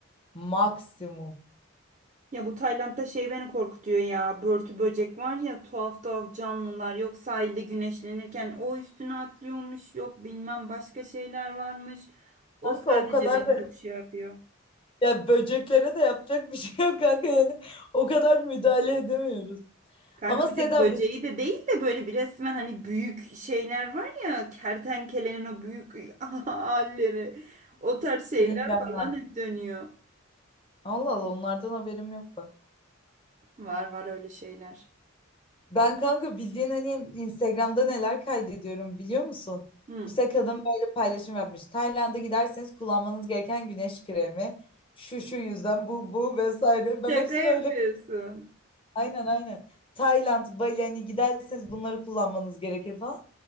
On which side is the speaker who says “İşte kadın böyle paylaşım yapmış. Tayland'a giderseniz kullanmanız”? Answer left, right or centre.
Left